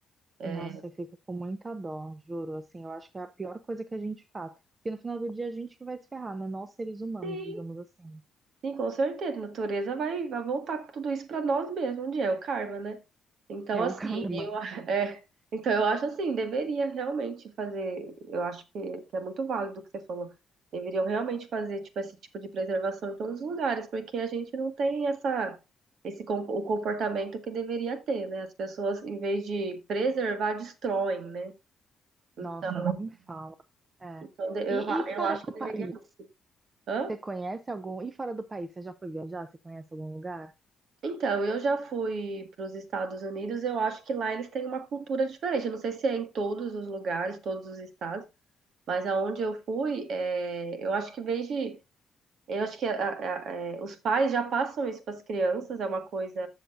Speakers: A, on the right; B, on the right.
A: É,
B: Nossa, eu fico com muita dó, juro. Assim, eu acho que é a pior coisa que a gente faz. Porque no final do dia a gente que vai se ferrar, né? Nós seres humanos,
A: Sim.
B: digamos assim.
A: Sim, com certeza. A natureza vai, vai voltar com tudo isso para nós mesmos um dia, é o karma, né? Então,
B: É
A: assim,
B: o karma.
A: eu, a- <laughs> é, então, eu acho assim, deveria realmente fazer, eu acho que, que é muito válido o que você falou. Deveriam realmente fazer, tipo, esse tipo de preservação em todos os lugares, porque a gente não tem essa, esse, com- o comportamento que deveria ter, né? As pessoas, em vez de preservar, destroem, né?
B: Nossa,
A: Então,
B: nem me fala. É.
A: então de- eu,
B: E, e
A: eu
B: fora
A: acho que
B: do
A: deveria.
B: país,
A: Hã?
B: você conhece algum? E fora do país, você já foi viajar? Você conhece algum lugar?
A: Então, eu já fui para os Estados Unidos, eu acho que lá eles têm uma cultura diferente. Eu não sei se é em todos os lugares, todos os estados, mas aonde eu fui, é, eu acho que desde, eu acho que a- a- é, os pais já passam isso para as crianças, é uma coisa